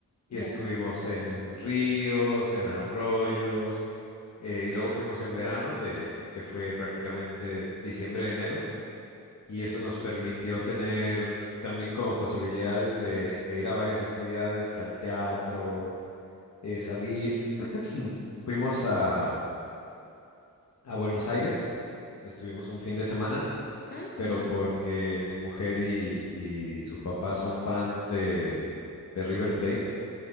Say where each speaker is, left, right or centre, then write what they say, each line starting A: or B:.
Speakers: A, on the left; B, on the left.
A: Y
B: Ya.
A: estuvimos en ríos, en arroyos, eh, y luego fuimos en verano, de, que fue prácticamente diciembre, enero, y
B: Ujú.
A: eso nos permitió tener también como posibilidades de, de ir a varias actividades, que al teatro, eh, salir. <clears throat> Fuimos a, a Buenos Aires. Estuvimos un fin de semana,
B: Ah, qué
A: pero
B: bien.
A: porque mi mujer y, y su papá son fans de, de River Plate.